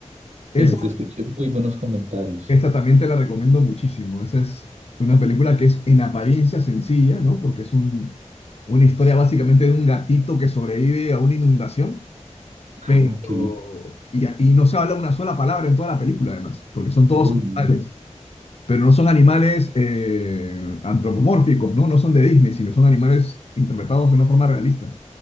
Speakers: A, on the right; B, on the left.
A: Pero
B: Es
A: sí escuché muy buenos comentarios.
B: Esta también te la recomiendo muchísimo. Esa es una película que es en apariencia sencilla, ¿no? Porque es un, una historia
A: Sí.
B: básicamente de un gatito que sobrevive a una inundación,
A: Ah,
B: pero...
A: qué bien.
B: Y, a- y no se habla una sola palabra en toda la película, además, porque son todos
A: Uy, no.
B: animales, pero no son animales eh, antropomórficos, ¿no? No son de Disney, sino son animales interpretados de una forma realista.